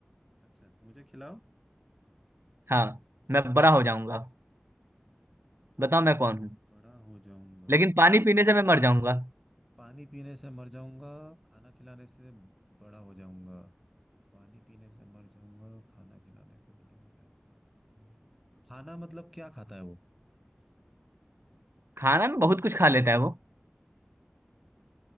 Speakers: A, in the centre; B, on the right.
A: अच्छा मुझे खिलाओ
B: हाँ मैं बड़ा हो जाऊंगा बताओ मैं कौन हूँ
A: बड़ा हो जाऊंगा
B: लेकिन पानी पीने से मैं मर जाऊंगा
A: पानी पीने से मर जाऊंगा खाना खिलाने से बड़ा हो जाऊंगा पानी पीने से मर जाऊंगा खाना खिलाने से बड़ा हो जाऊंगा खाना खाना मतलब क्या खाता है वो
B: खाना में बहुत कुछ खा लेता है वो